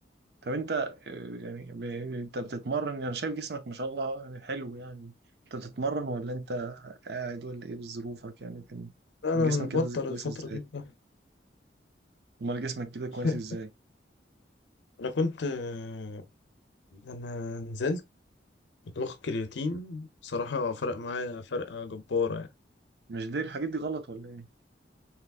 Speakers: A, on the right (about 60°); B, on the left (about 75°).
A: طب انت آه، يعني ب... انت بتتمرن يعني شايف جسمك ما شاء الله يعني حلو يعني انت بتتمرن ولا انت قاعد ولا ايه بظروفك يعني كان
B: انا
A: جسمك
B: مبطل
A: كده زي- كويس
B: الفترة
A: ازاي
B: دي بقى.
A: امال جسمك كده كويس
B: <laughs>
A: ازاي
B: انا كنت آه، لما نزلت كنت باخد كرياتين بصراحة فرق معايا فرقة جبارة
A: مش دي الحاجات دي غلط ولا ايه